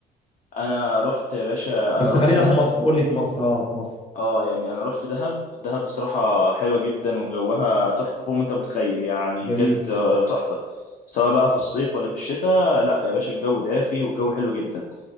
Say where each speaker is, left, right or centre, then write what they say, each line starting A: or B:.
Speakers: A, on the left; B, on the left.
A: انا رحت يا باشا
B: بس
A: انا رحت
B: خلينا
A: دهب
B: في مصر قول لي في مصر اه في مصر
A: اه يعني انا رحت دهب دهب بصراحه حلوه جدا وجوها تحفه فوق ما انت متخيل يعني
B: جميل
A: بجد آه، تحفه سواء بقى في الصيف ولا في الشتاء لا يا باشا الجو دافي والجو حلو جدا